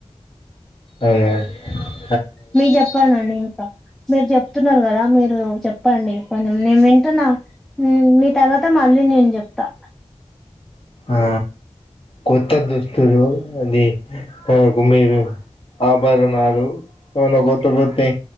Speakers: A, on the left; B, in the centre.
A: అయ్యో
B: మీ చెప్పాలండి ఇంకా మీరు చెప్ చెప్తున్నారు కదా మీరు చెప్పండి. కొంచం నేను వింటున్నా మీ తర్వాత మళ్ళీ డి చెప్తా
A: ఆ కొత్త దుస్తులు అది అ గుమి ఆ బరునాలు అవున కొత్త కొతే